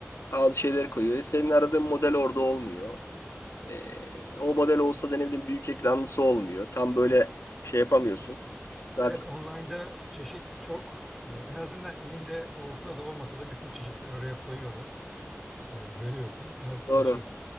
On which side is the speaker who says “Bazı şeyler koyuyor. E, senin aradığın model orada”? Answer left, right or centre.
Left